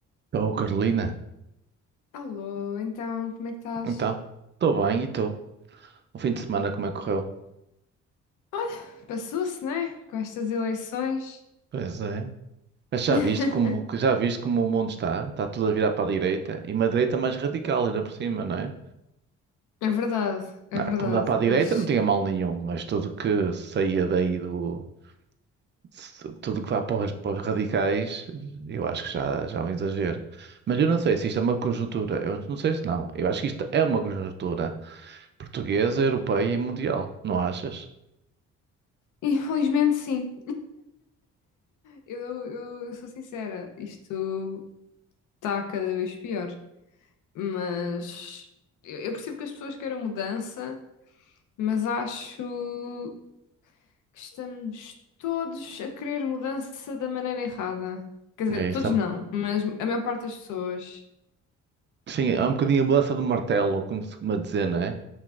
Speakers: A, on the right; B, on the left.
A: Estou, Carolina.
B: Alô, então, como é que estás?
A: Então, estou bem e estou. O fim de semana como é que correu?
B: Olha, passou-se, né? Com estas eleições.
A: Pois é. Mas já
B: <laughs>
A: viste como, que já viste como o mundo está? Está tudo a virar para a direita. E uma direita mais radical ainda por cima, não é?
B: É verdade,
A: Não,
B: é verdade,
A: mudar para a direita
B: mas
A: não tinha mal nenhum, mas tudo que saía daí do... se- Tudo que vá para os, para os radicais, eu acho que já, já é um exagero. Mas eu não sei se isto é uma conjuntura. Eu não sei se não. Eu acho que isto é uma conjuntura portuguesa, europeia e mundial. Não achas?
B: infelizmente sim. Eu, eu, eu sou sincera, isto está cada vez pior. Mas eu, eu percebo que as pessoas queiram mudança, mas acho que estamos todos a querer mudança da maneira errada. Quer dizer,
A: É
B: todos
A: isso.
B: não, mas a maior parte das pessoas.
A: Sim, há um bocadinho a mudança do martelo, como se costuma dizer, não é?